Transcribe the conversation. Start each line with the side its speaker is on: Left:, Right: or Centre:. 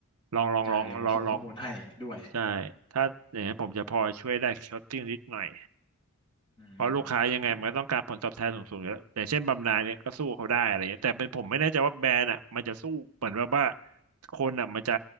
Right: ลองลองลองลองลอง
Left: ได้เดี๋ยวผมส่งข้อมูลให้ด้วย
Right: ใช่ถ้าอย่างนี้นผมจะพอช่วยได้ c o ตติ้งนิดหน่อย
Left: อืมเ
Right: เพราะลูกค้ายังไงมันก็ต้องการผลตอบแทนสูงๆอยู่แล้วอย่างเช่นบำนาญเนี่ยก็สู้เขาได้อะไรเงี้ยแต่เป็นผมไม่แน่ใจว่าแบรนด์อ่ะมันจะสู้เหมือนว่าว่าคนอ่ะมันจะ